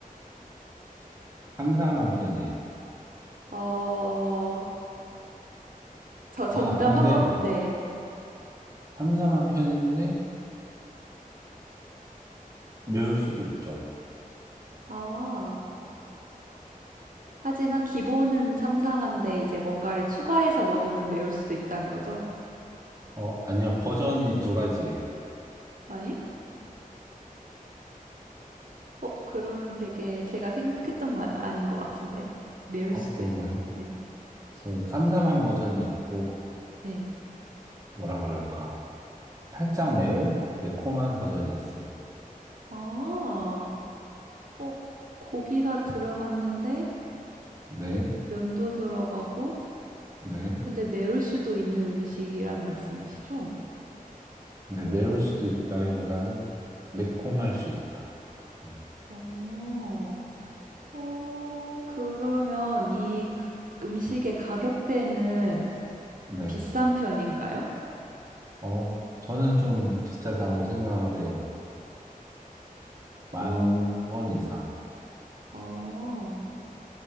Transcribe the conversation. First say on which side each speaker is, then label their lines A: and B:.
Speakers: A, on the right; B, on the right.
A: 삼삼한 편이에요.
B: 어, 저 정답
A: 아, 근데
B: 한번 네.
A: 삼삼한 편인데 매울 수도 있죠.
B: 아, 하지만 기본은 삼삼한데 이제 뭔가를 추가해서 먹으면 매울 수도 있다는 거죠?
A: 어, 아니요. 버전이 두 가지예요.
B: 아잉? 어, 그러면 되게 제가 생각했던 거 아닌 것 같은데. 매울
A: 어,
B: 수도
A: 그런가요?
B: 있. 네.
A: 그래서 삼삼한 버전이 있고,
B: 네.
A: 뭐라 그럴까. 살짝 매운? 매콤한 버전이 있어요.
B: 아, 어, 고기가 들어갔는데
A: 네,
B: 면도 들어가고
A: 네.
B: 근데 매울 수도 있는 음식이란 말씀이시죠?
A: 네, 매울 수도 있다기보다는 매콤할 수 있다. 음,
B: 어, 어, 그러면 이 가- 음식의 가격대는
A: 네.
B: 비싼 편인가요?
A: 어, 저는 좀 비싸다고 생각을 해요. 만
B: 어,
A: 원 이상.
B: 어, 어,